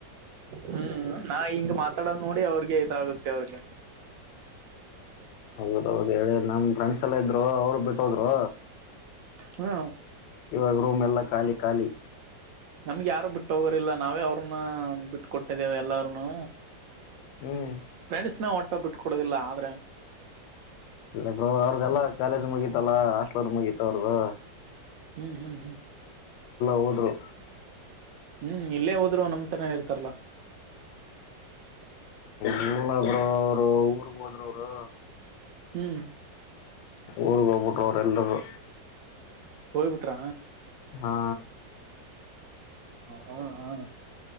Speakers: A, on the right; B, on the left.
A: ಹ್ಮ್ ನಾ ಹಿಂಗ ಮಾತಾಡೋದು ನೋಡಿ ಅವ್ರಿಗೆ ಇದಾಗುತ್ತೆ ಅವ್ರಗ
B: ಹೌದೌಹೌದು ಹೇಳಿ ನಮ ಫ್ರೆಂಡ್ಸ್ ಎಲ್ಲ ಇದ್ರು ಅವರು ಬಿಟ್ಟ ಹೋದ್ರು
A: ಹ್ಮ
B: ಇವಾಗ ರೂಮ್ ಎಲ್ಲಾ ಖಾಲಿ ಖಾಲಿ
A: ನಮ್ಗೆ ಯಾರು ಬಿಟ್ಟ ಹೋಗರಿಲ್ಲ ನಾವೇ ಅವ್ರನ್ನ ಬಿಟ್ಟ ಕೊಟ್ಟಿದ್ದೇವೆ ಎಲ್ಲಾರನು
B: ಹ್ಮ್
A: ಫ್ರೆಂಡ್ಸ್ ನ ಒಟ್ಟ ಬಿಟ್ ಕೊಡೋದಿಲ್ಲ ಆದ್ರೆ
B: ಇಲ್ಲ ಬ್ರೋ ಅವ್ರ್ದಲ್ಲಾ ಕಾಲೇಜ್ ಮುಗೀತಲ್ಲಾ ಹಾಸ್ಟ್ಲಲ ಲೋರ್ ಮುಗೀತ ಅವ್ರದ್ದು
A: ಹ್ಮ್ ಹ್ಮ್ ಹ್ಮ್
B: ಹೋದ್ರು
A: ಹ್ಮ್ ಇಲ್ಲೇ ಹೋದ್ರು ನಮತನೇನ ಇರ್ತಾರಲ್ಲ
B: ಹ್ಮರು ಅವರು ಊರ್ಗ್ ಹೋದರು ಅವರು
A: ಹ್ಮ್
B: ಊರು ಕ ಹೋಗ್ಬಿಟ್ಟ ಎಲ್ಲಗೂ
A: ಹಯ್ ಬಿಟ್ರ
B: ಹಾ
A: ಹ ಹ ಹ